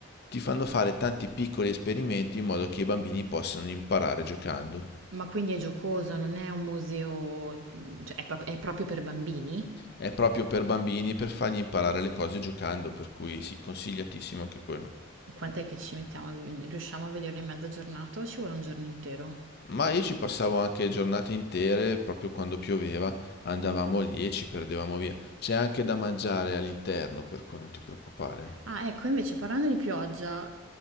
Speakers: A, on the left (about 50°); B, on the right (about 65°).
A: Ti fanno fare tanti piccoli esperimenti in modo che i bambini possano imparare giocando.
B: Ma quindi è giocoso, non è un museo, cioè è, prop- è proprio per bambini?
A: È proprio per bambini per fargli imparare le cose giocando, per cui sì, consigliatissimo anche quello.
B: Quant'è che ci mettiamo? a- Riusciamo a vederlo in mezza giornata o ci vuole un giorno intero?
A: Ma io ci passavo anche giornate intere, proprio quando pioveva, andavamo lì e ci perdevamo via. C'è anche da mangiare all'interno, per cui non ti preoccupare.
B: Ah, ecco, invece parlando di pioggia,